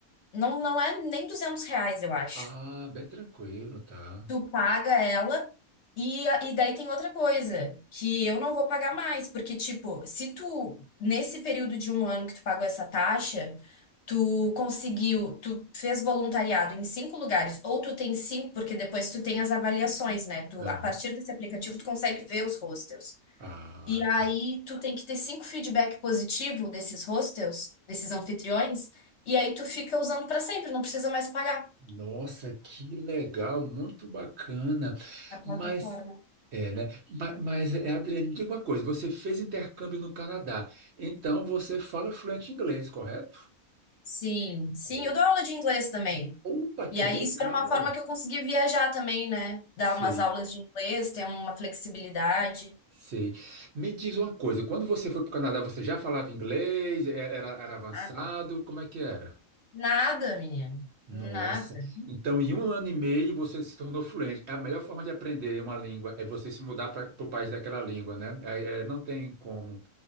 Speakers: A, on the left (about 60°); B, on the right (about 55°).
A: Não, não é nem 200 reais, eu acho
B: Ah, bem tranquilo, tá?
A: tu paga ela. E, a- e daí tem outra coisa, que eu não vou pagar mais, porque, tipo, se tu, nesse período de um ano que tu pagou essa taxa, tu conseguiu, tu fez voluntariado em cinco lugares, ou tu tem cinco, porque depois tu tem as avaliações, né? Tu,
B: Uhum.
A: a partir desse aplicativo, tu consegue ver os hostels.
B: Ah,
A: E aí
B: tá.
A: tu tem que ter cinco feedback positivo desses hostels, desses anfitriões, e aí tu fica usando pra sempre, não precisa mais pagar
B: Nossa, que legal, muito bacana.
A: a plataforma.
B: Mas, é, né? Ma- Mas, é, Adriane, me diga uma coisa: você fez intercâmbio no Canadá, então você fala fluente inglês, correto?
A: Sim, sim,
B: Oh.
A: eu dou aula de inglês também.
B: Opa,
A: E
B: que
A: aí
B: legal!
A: isso era uma forma que eu consegui viajar também, né? Dar
B: Sei,
A: umas aulas de inglês, ter uma flexibilidade.
B: sei. Me diz uma coisa: quando você foi para o Canadá, você já falava inglês? E- Era, era avançado?
A: Ah,
B: Como é que era?
A: Nada, menino,
B: Nossa.
A: nada.
B: Então, em um ano e meio você se tornou fluente. A melhor forma de aprender uma língua é você se mudar para o país daquela língua, né? É- é, não tem como.